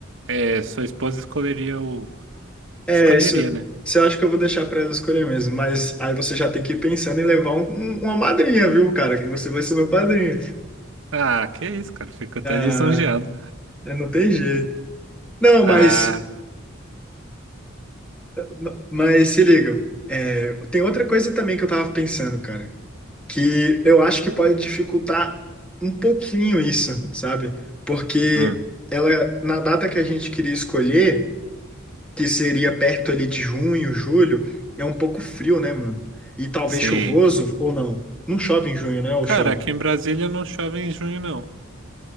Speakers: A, on the right; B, in the centre.
A: é, sua esposa escolheria o,
B: É,
A: escolheria,
B: isso,
A: né?
B: isso eu acho que eu vou deixar pra ela escolher mesmo. Mas aí você já tem que ir pensando em levar um- um- uma madrinha, viu, cara? Que você vai ser meu padrinho.
A: Ah, que isso, cara, fico até lisonjeado.
B: Ah, É, não tem jeito. Não, mas,
A: Ah,
B: ma- mas se liga. É, tem outra coisa também que eu tava pensando, cara. que eu acho que pode dificultar um pouquinho isso, sabe? Porque
A: hum,
B: ela, na data que a gente queria escolher, que seria perto ali de junho, julho, é um pouco frio, né, mano? E talvez
A: sim.
B: chuvoso ou não. Não chove em junho, né? Ou
A: Cara,
B: chove?
A: aqui em Brasília não chove em junho, não.